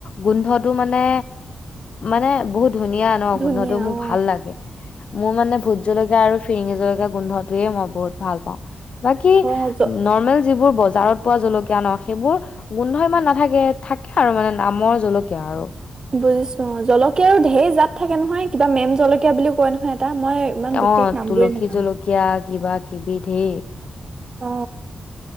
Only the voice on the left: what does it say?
গোন্ধটো মানে মানে বহুত ধুনীয়া ন,
গোন্ধটো মোৰ
ভাল লাগে। মোৰ মানে ভোত জলকীয়া আৰু ফিৰিঙি জলকীয়া, গোন্ধটোৱে মই বহুত ভাল পাওঁ। বাকী
নৰ্মেল। যিবোৰ বজাৰত পোৱা জলকীয়া ন সেইবোৰ। গোন্ধ ইমান নাথাকে, থাকে আৰু মানে নামৰ জলকীয়া আৰু।
অ
তুলসী
জলকীয়া কিবা কিবি ধেই।